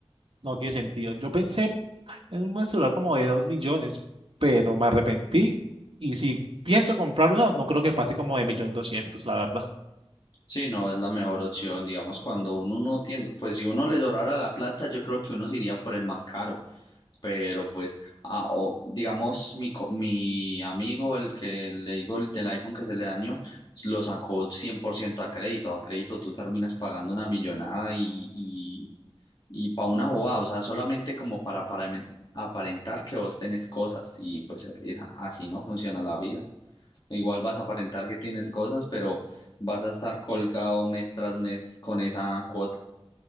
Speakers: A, on the right; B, on the left.
A: No tiene sentido. Yo pensé en un buen celular como de 2 millones, pero me arrepentí. Y si pienso comprar uno, no creo que pase como de millón doscientos, la verdad.
B: Sí, no es la mejor opción, digamos, cuando uno no tiene, pues si uno le sobrara la plata, yo creo que uno se iría por el más caro. pero pues, ah, o digamos, mi, co- mi amigo, el que le digo el del iPhone que se le dañó, s- lo sacó 100% a crédito. A crédito tú terminas pagando una millonada y, y, y para una bobada, o sea, solamente como para, para amen- aparentar que vos tenés cosas y pues eh, así no funciona la vida. Igual vas a aparentar que tienes cosas, pero vas a estar colgado mes tras mes con esa cuota.